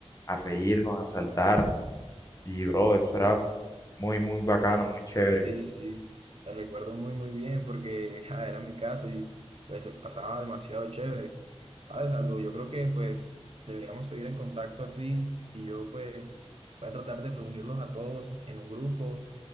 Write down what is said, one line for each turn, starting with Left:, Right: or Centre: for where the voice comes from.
Left: a reírnos, a saltar. Y, bro, eso era muy, muy bacano, muy chévere.
Right: Sí, sí, la recuerdo muy, muy bien porque ja, era mi casa y pues se pasaba demasiado chévere. ¿Sabes algo? Yo creo que pues deberíamos seguir en contacto así y yo pues voy a tratar de reunirlos a todos en un grupo